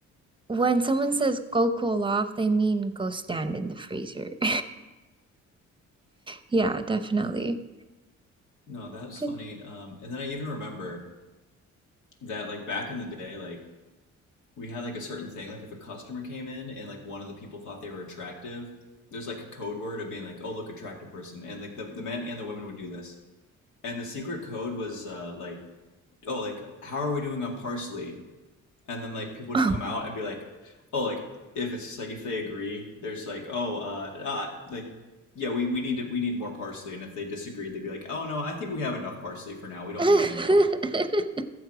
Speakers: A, on the right; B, on the left.
A: when someone says go cool off, they mean go stand in the freezer. <laughs> Yeah, definitely.
B: No, that's
A: Good.
B: funny. Um, and then I even remember that like back in the day, like we had like a certain thing, like if a customer came in and like one of the people thought they were attractive, there's like a code word of being like, oh look, attractive person. And like the, the men and the women would do this. And the secret code was uh like, oh like how are we doing on parsley? And then like people
A: Oh.
B: would come out and be like, oh like if it's just like if they agree, there's like, oh uh, uh like yeah, we, we need to, we need more parsley. And if they disagreed, they'd be like, oh no, I think we have enough parsley for now. We don't
A: <laughs>
B: need any more.